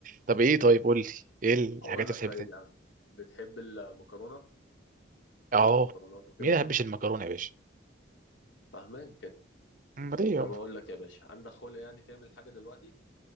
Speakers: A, on the right; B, on the left.
A: طب ايه طيب
B: <laughs>
A: قول لي ايه الحاجات
B: هقول لك
A: اللي
B: طيب
A: بتحب تعمل
B: يا عم بتحب المكرونه بتحب
A: اه
B: المكرونات وكده
A: مين ما يحبش المكرونه يا باشا
B: فاهمان كده
A: امال ايه يابا
B: طب اقول لك يا باشا عندك خلق يعني تعمل حاجه دلوقتي